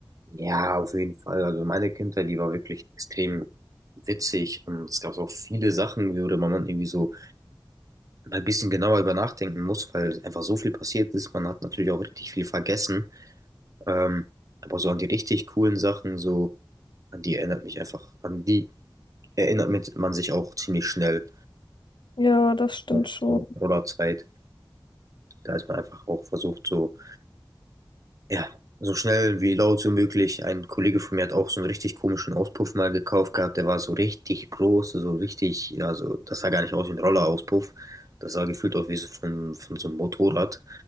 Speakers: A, on the right (about 40°); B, on the left (about 65°).
A: Ja, auf jeden Fall. Also meine Kindheit, die war wirklich extrem witzig und es gab auch viele Sachen, worüber man irgendwie so ein bisschen genauer über nachdenken muss, weil einfach so viel passiert ist. Man hat natürlich auch richtig viel vergessen. Ähm, aber so an die richtig coolen Sachen, so an die erinnert mich einfach, an die erinnert mit- man sich auch ziemlich schnell
B: Ja, das stimmt
A: nach
B: schon.
A: der Rollerzeit. Da ist man einfach auch versucht, so, ja, so schnell wie laut wie möglich. Ein Kollege von mir hat auch so einen richtig komischen Auspuff mal gekauft gehabt. Der war so richtig groß, so richtig, ja, so, das sah gar nicht aus wie ein Rollerauspuff. Das sah gefühlt aus wie so von, von so einem Motorrad.